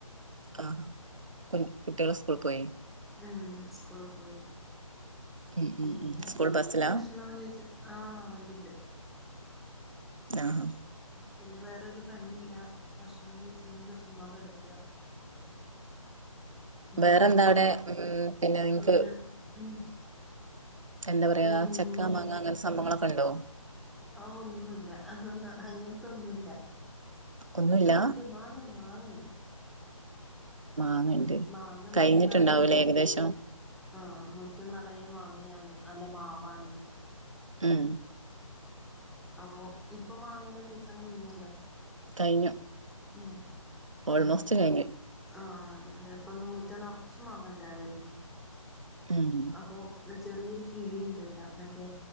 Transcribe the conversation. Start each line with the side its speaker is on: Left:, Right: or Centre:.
Right: ആ കുട്ടികളെ സ്കൂൾ പോയി
Centre: ഉ സ്കൂള് പോയി
Right: ഉം
Centre: പിന്നെ
Right: ഉം ഉം സ്കൂൾ ബസ്സിലാ
Centre: വിഷണ കഴിച്ചു ആഹ വണ്ടിുണ്ട്
Right: ആഹ്
Centre: പിന്നെ വേറരു പണിയില്ല ഭക്ഷണം കഴിച്ചങ്ങക്കെ ചുമ്മാ കിടക്കുക ഉം
Right: വേറെന്താ അവിടെ ഉ പിന്നെ നിങ്ങക്ക്
Centre: ഞങ്ങൾ ഉം
Right: എന്താ പറയാ
Centre: പിന്നെ
Right: ചെക്ക മാങ്ങ അങ്ങനെ സംഭവങ്ങളൊക്കെ ഉണ്ടോ
Centre: ആ ഒന്നുമല്ല ആ അങ്ങനത്തെ ഒന്നുമല്ല
Right: ഒന്നുല്ല
Centre: ആഹ ഉണ്ട് മാങ്ങണ്ട് മാങ്ങണ്ട്
Right: മാങ്ങണ്ട്
Centre: മാങ്ങ മുറ്റം
Right: കഴിഞ്ഞിട്ടുണ്ടാവൂലേ
Centre: നിറയെ മാ
Right: ഏകദേശം
Centre: ആഹ മുറ്റം നിറയെ മാങ്ങ അങ്ങയാണ് അല്ല മാവാണ്
Right: ഉം
Centre: അപ്പൊ ഇപ്പൊ മാങ്ങയുടെ സീസൺ കഴിഞ്ഞല്ലോ
Right: കഴിഞ്ഞു
Centre: ഉ
Right: ഓൾമോസ്റ്റ്
Centre: ഉ
Right: കഴിഞ്ഞു
Centre: ആഹ അതെ അതെ അപ്പൊന്നന്ന് മുറ്റ നിറച്ചും വാങ്ങണ്ടാവായിരുന്നു
Right: ഉം
Centre: അപ്പൊ ചെറിയൊരു കിളിുണ്ട് ഇവിടാ മറ്റേ